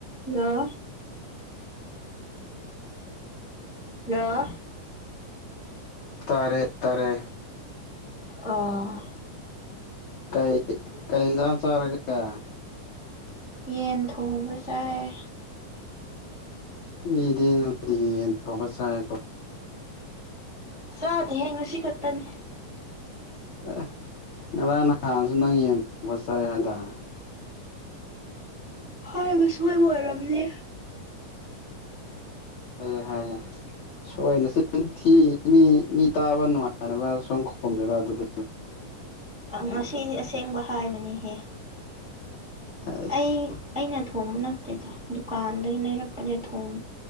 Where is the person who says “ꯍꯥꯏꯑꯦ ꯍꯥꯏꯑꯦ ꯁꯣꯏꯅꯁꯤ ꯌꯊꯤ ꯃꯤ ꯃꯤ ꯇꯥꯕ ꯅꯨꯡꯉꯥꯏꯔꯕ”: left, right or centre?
Left